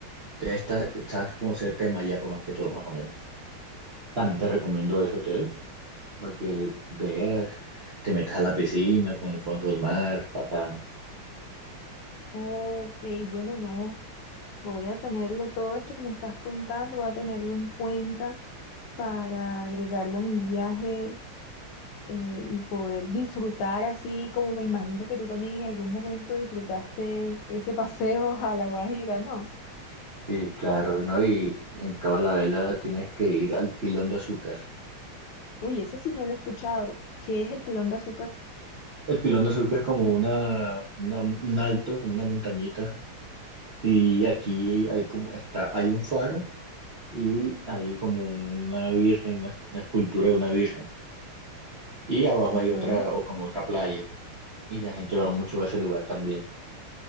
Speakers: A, on the right (about 55°); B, on the left (about 90°).
A: Entonces, Está, está como cerca de Mayapa más que todo, más o menos. También te recomiendo ese hotel. para que veas, te metas a la piscina con el fondo del mar, bacano.
B: Ok, bueno, no, voy a tenerlo, todo esto que me estás contando, voy a tenerlo en cuenta para agregarlo a mi viaje. eh, y poder disfrutar así como me imagino que tú también en algún momento disfrutaste ese paseo a La Guajira, ¿no?
A: Y claro, ¿no? Y en Cabo la Vela tienes que ir al Pilón de Azúcar.
B: Uy, ese sí no lo he escuchado. ¿Qué es el pilón de azúcar?
A: El Pilón de Azúcar es como una, una- un alto, como una montañita, y aquí hay como está, hay un faro y hay como una virgen, una, una escultura de una virgen. Y abajo
B: Ok.
A: hay otra, o como otra playa, y la gente va mucho a ese lugar también.